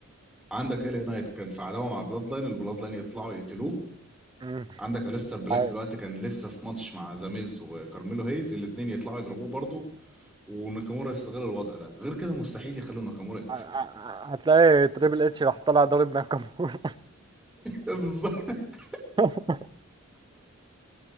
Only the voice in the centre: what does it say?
عندك إلي نايت كان في عداوه مع البلاد لاين البلاد لاين يطلعوا يقتلوه
عندك أليستر بلاك
دلوقتي كان لسه في ماتش مع زاميز وكارميلو هيز الاتنين يطلعوا يضربوه برضه وناكامورا يستغل الوضع ده غير كده مستحيل يخلوا ناكامورا يكسب
<laughs> بالظبط